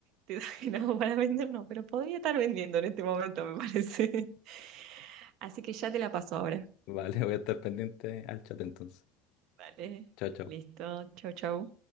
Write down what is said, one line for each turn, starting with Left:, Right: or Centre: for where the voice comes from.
Right: te doy, <laughs> no, para vender no, pero podría estar vendiendo en este momento, me parece. <laughs> Así que ya te la paso ahora.
Left: Vale, <laughs> voy a estar pendiente al chat entonces.
Right: Vale,
Left: Chao, chao.
Right: listo. Chau, chau.